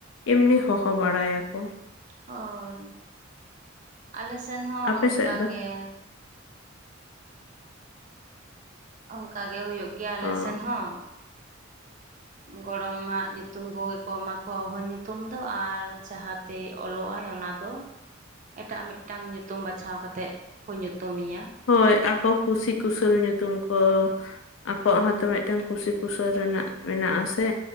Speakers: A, on the left; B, on the right.
A: ᱮᱢᱱᱤ ᱦᱚᱦᱚ ᱵᱟᱲᱟᱭᱟᱠᱚ᱾
B: ᱦᱳᱭ ᱟᱞᱮ ᱥᱮᱱ ᱦᱚᱸ
A: ᱟᱯᱮ
B: ᱚᱱᱠᱟ
A: ᱥᱮᱫ ᱫᱚ
B: ᱜᱮ᱾ ᱚᱱᱠᱟ ᱜᱮ ᱦᱩᱭᱩᱜ ᱜᱮᱭᱟ ᱟᱞᱮᱥᱮᱱ
A: ᱚ
B: ᱦᱚᱸ ᱜᱚᱲᱚᱢᱟᱜ ᱧᱩᱛᱩᱢ ᱠᱚᱜᱮ ᱠᱚ ᱮᱢᱟ ᱠᱚᱣᱟ ᱦᱚᱦᱚ ᱧᱩᱛᱩᱢ ᱫᱚ ᱟᱨ ᱡᱟᱦᱟᱸ ᱛᱮ ᱚᱞᱚᱜ ᱟᱭ ᱚᱱᱟ ᱫᱚ ᱮᱴᱟᱜ ᱢᱤᱫᱴᱟᱝ ᱧᱩᱛᱩᱢ ᱵᱟᱪᱷᱟᱣ ᱠᱟᱛᱮᱫ ᱠᱚ ᱧᱩᱛᱩᱢᱮᱭᱟ
A: ᱦᱳᱭ ᱟᱠᱚ ᱠᱩᱥᱤ ᱠᱩᱥᱟᱹᱞ ᱧᱩᱛᱩᱢ ᱠᱚ ᱟᱠᱚᱣᱟᱜ ᱦᱚᱸᱛᱚ ᱢᱤᱫᱴᱟᱝ ᱠᱩᱥᱤ ᱠᱩᱥᱟᱹᱞ ᱨᱮᱱᱟᱜ ᱢᱮᱱᱟᱜᱼᱟ ᱥᱮ